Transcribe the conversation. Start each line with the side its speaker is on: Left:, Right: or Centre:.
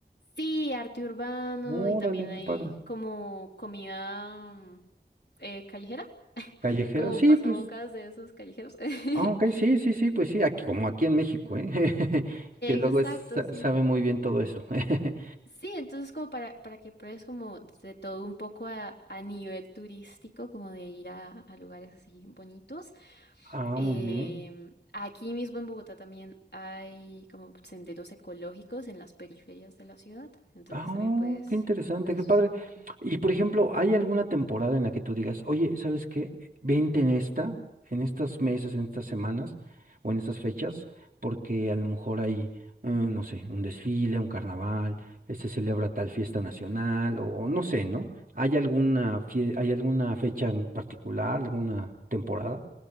Left: Sí, arte urbano
Right: Órale,
Left: y también hay
Right: qué padre.
Left: como comida mm, eh, callejera,
Right: Callejero,
Left: como
Right: sí,
Left: pasabocas
Right: pues.
Left: de esos callejeros.
Right: Ah, ok,
Left: <laughs>
Right: sí, sí, sí, pues sí, aquí, como aquí en México, ¿eh? <laughs> Que luego
Left: Exacto,
Right: es- sa-
Left: sí.
Right: sabe muy bien todo eso. <laughs>
Left: Sí, entonces como para, para que pruebes como de todo un poco a, a nivel turístico, como de ir a, a lugares así bonitos.
Right: Ah,
Left: Em,
Right: muy bien.
Left: aquí mismo en Bogotá también hay como senderos ecológicos en las periferias de la ciudad, entonces
Right: Ah, oh,
Left: también puedes,
Right: qué interesante,
Left: puedes
Right: qué padre.
Left: mm,
Right: Y por ejemplo, ¿hay alguna temporada en la que tú digas, oye, ¿sabes qué? Vente en esta, en estos meses, en estas semanas o en estas fechas, porque a lo mejor hay, eh, no sé, un desfile, un carnaval, eh, se celebra tal fiesta nacional o, o no sé, ¿no? ¿Hay alguna, fie- hay alguna fecha en particular, alguna temporada?